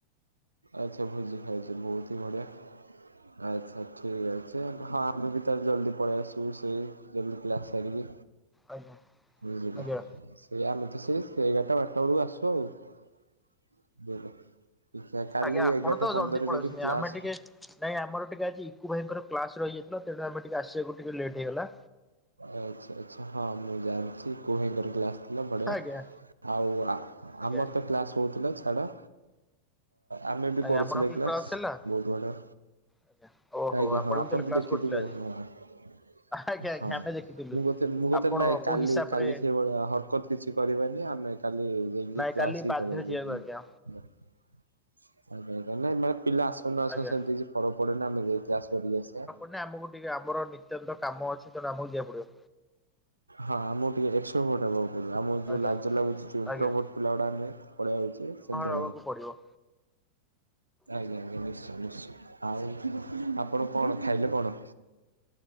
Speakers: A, on the right; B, in the centre.
A: ଆଚ୍ଛା। ଭୋଜି ଖାଇଯିବେ ବହୁତ ହିଁ ବଢ଼ିଆ। ଆଚ୍ଛା। ଠିକ୍ ଅଛି। ହଁ ଆମେ ବି ତାଲେ ଜଲ୍ଦି ପଳାଇ ଆସିବୁ ସେଇ ଜଲ୍ଦି କ୍ଲାସ୍ ସାରିକି।
B: ଆଜ୍ଞା
A: ବୁଝିଲ
B: ଆଜ୍ଞା
A: ସେଇ ଆମେ ତ ସେ ଏଗାରଟା, ବରଟା ବେଳକୁ ଆସୁ ଆଉ। <unintelligible> ଆଚ୍ଛା କାଲି
B: ଆଜ୍ଞା। ଆପଣ
A: ଏଗାରଟା
B: ତ
A: ପନ୍ଦରରେ
B: ଜଲଦି ପଳେଇଆସୁଛନ୍ତି।
A: ଯଦି କ୍ଲାସ୍
B: ଆମେ ଟିକେ ନାଇଁ ଆମର ଟିକେ ଆଜି ଇକୁୁ ଭାଇଙ୍କର କ୍ଲାସ ରହିଯାଇଥିଲା। ତେଣୁ ଆମେ ଟିକେ ଆସିବାକୁ ଟିକେ ଲେଟ୍ ହେଇଗଲା।
A: ଆଚ୍ଛା। ଆଚ୍ଛା। ହଁ ମୁଁ ଜାଣିଛି ଇକୁ ଭାଇଙ୍କର କ୍ଲାସ ଥିଲା। ବଢ଼ିଆ।
B: ଆଜ୍ଞା
A: ଆଉ ଆ
B: ଆଜ୍ଞା
A: ଆମର ତ କ୍ଲାସ୍ ହଉଥିଲା। ଛାଡ଼ ଆମେ ବି
B: ଆଜ୍ଞା
A: କରୁଥିଲେ
B: ଆପଣଙ୍କ
A: କ୍ଲାସ।
B: ହେଲା
A: ବହୁତ ବଡ଼
B: ଆଜ୍ଞା ଓହୋ
A: ଆଜ୍ଞା
B: ଆପଣ
A: ହଁ
B: ବି
A: ଆପଣଙ୍କୁ
B: ତାହେଲେ କ୍ଲାସ
A: ଦେଖିଥିବେ।
B: କରୁଥିଲେ ଆଜି
A: ହଁ--ହଁ
B: ଆଜ୍ଞା ଆଜ୍ଞା ଆମେ ଦେଖିଥିଲୁ।
A: ମୁଁ କହୁଥିଲି ମୁଁ କହୁଥିଲି
B: ଆପଣ
A: ନାହିଁ
B: କୋଉ
A: କାଲି
B: ହିସାବରେ
A: କଲି ସେଇଭଳିଆ ହରକତ କିଛି କରିବାନି। ଆମେ କାଲି ଯାଇକି
B: ନାଇଁ
A: କ୍ଲାସ୍
B: କାଲି
A: ହିଁ
B: ବାଧ୍ୟ
A: କରିବାକୁ
B: ଯିବାକୁ ଆଜ୍ଞା
A: ଯାଇକି <unintelligible> ମାନେ ପିଲା ଆସ ନା
B: ଆଜ୍ଞା।
A: ସେ ସେମିତି କିଛି ଫରକ ପଡେନା। ଆମେ ଯାଇକି କ୍ଲାସ୍ କରିକି ଆସିବା।
B: ନ ଆମକୁ ଟିକେ ଆମର ନିତ୍ୟନ୍ତ କାମ ଅଛି। ତେଣୁ ଆମକୁ ଯିବାକୁ ପଡିବ।
A: ହଁ ଆମକୁ ଟିକେ <unintelligible> ଆମକୁ ଯୋଉ
B: ଆଜ୍ଞା
A: ଲାଜ ଲାଗୁଛି। ଯୋ ଇଣ୍ଟ୍ରୋଭର୍ଟ
B: ଆଜ୍ଞା
A: ପିଲା ଗୁଡା ଆମେ ପଳେଇଆଉଛେ। ସେମି
B: ହବାକୁ ପଡିବ।
A: ଆଜ୍ଞା। ଆଜ୍ଞା। ନିଶ୍ଚୟ, ନିଶ୍ଚୟ ଆଉ ଆପଣ କଣ ଖାଇଲେ କଣ?